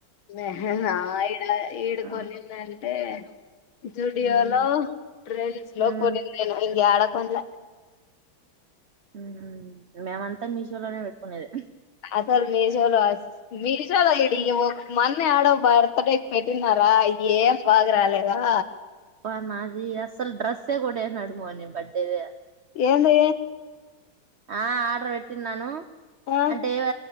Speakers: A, on the left (about 85°); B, on the right (about 50°).
A: నేను ఇడ ఇడకొన్నిన్నను
B: ఆ,
A: టె జూడియో
B: ఉమ్
A: లో ట్రెంస్ లో
B: ఉమ్
A: కొనిన్ నేను ఇంకా యాడ కోన్లా
B: ఉమ్ మేమంతా మీషో లోనే పెట్టుకునేది
A: అసలు మీషోలో మీ చాల ఇడి మన్న యాడో బర్త్డే కి పెట్టినారా ఏం బాగా రాలేదా
B: అబ్బా నాది అసలు డ్రెస్సే కొట్టేస్నాడు మౌని బర్త్డేది
A: ఏంది
B: ఆ ఆర్డర్ పెట్టిన్నను
A: ఆ
B: అంటే వ